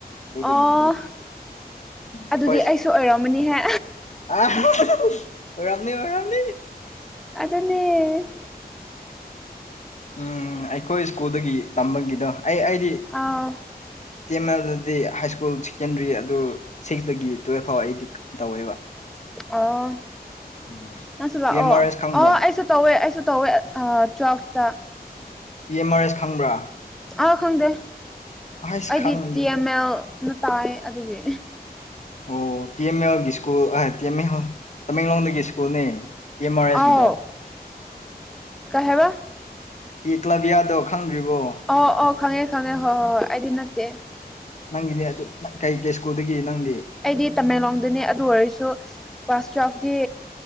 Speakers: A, on the left; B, in the centre.
A: ꯑꯗꯨꯗꯒꯤꯗꯤ
B: ꯑꯣ
A: ꯑꯩꯈꯣꯏ
B: ꯑꯗꯨꯗꯤ ꯑꯩꯁꯨ ꯑꯣꯏꯔꯝꯃꯅꯤꯍꯦ
A: ꯑ ꯑꯣꯏꯔꯝꯅꯤ ꯑꯣꯏꯔꯝꯅꯤ
B: ꯑꯗꯨꯅꯦ
A: ꯎꯝ ꯑꯩꯈꯣꯏ ꯁ꯭ꯀꯨꯜꯗꯒꯤ ꯇꯝꯕꯒꯤꯗꯣ ꯑꯩ ꯑꯩꯗꯤ
B: ꯑꯥ
A: ꯇꯦꯟꯅꯖꯦ <unintelligible> ꯍꯥꯏ ꯁ꯭ꯀꯨꯜ ꯁꯦꯀꯦꯟꯗ꯭ꯔꯤ ꯑꯗꯨ ꯁꯤꯛꯁꯇꯒꯤ ꯇꯨꯋꯦꯜꯐ ꯐꯥꯎ ꯑꯩꯗꯤ ꯇꯧꯋꯦꯕ
B: ꯑꯣ
A: ꯎꯝ
B: ꯅꯪꯁꯨ ꯂꯥꯛꯑꯣ
A: ꯄꯤ ꯑꯦꯝ ꯑꯥꯔ ꯑꯦꯁ ꯈꯪꯕ꯭ꯔꯥ
B: ꯑꯣ ꯑꯩꯁꯨ ꯇꯧꯋꯦ ꯑꯩꯁꯨ ꯇꯧꯋꯦ ꯑꯥ twelfth
A: E M R S ꯈꯪꯕ꯭ꯔꯥ
B: ꯑꯥ ꯈꯪꯗꯦ
A: ꯑꯁ
B: ꯑꯩꯗꯤ
A: ꯈꯪꯗ꯭ꯔꯦ
B: ꯇꯤ ꯑꯦꯝ ꯑꯦꯜꯅ ꯇꯥꯏ ꯑꯗꯨꯒꯤ
A: ꯑꯣ ꯇꯤ ꯑꯦꯝ ꯑꯦꯜꯒꯤ ꯁ꯭ꯀꯨꯜ ꯇꯤ ꯑꯦꯝ ꯑꯦ ꯇꯃꯦꯡꯂꯣꯡꯗꯒꯤ ꯁ꯭ꯀꯨꯜꯅꯦ ꯇꯤ ꯑꯦꯝ ꯑꯥꯔ ꯑꯦꯁꯀꯤꯗꯣ
B: ꯑꯥꯎ ꯀꯩ ꯍꯥꯏꯕ
A: ꯏꯀ꯭ꯂꯞꯕꯤꯌꯥꯗꯣ ꯈꯪꯗ꯭ꯔꯤꯕꯣ
B: ꯑꯧ ꯑꯧ ꯈꯥꯉꯦ ꯈꯥꯉꯦ ꯍꯣꯏ ꯍꯣꯏ ꯍꯣꯏ ꯑꯩꯗꯤ ꯅꯠꯇꯦ
A: ꯅꯪꯒꯤꯗꯤ ꯑꯗꯨ ꯀꯩ ꯀꯩ ꯁ꯭ꯀꯨꯜꯗꯒꯤ ꯅꯪꯗꯤ
B: ꯑꯩꯗꯤ ꯇꯃꯦꯜꯂꯣꯡꯗꯅꯤ ꯑꯗꯨ ꯑꯣꯏꯔꯁꯨ ꯀ꯭ꯂꯥꯁ ꯇꯨꯋꯦꯜꯐꯇꯤ